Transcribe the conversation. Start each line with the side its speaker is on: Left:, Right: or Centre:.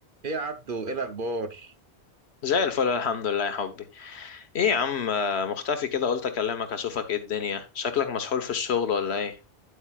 Right: ايه يا عبدو ايه الاخبار
Left: زي الفل الحمد لله يا حبي ايه يا عم آه، مختفي كده قلت اكلمك اشوفك ايه الدنيا شكلك مسحول في الشغل ولا ايه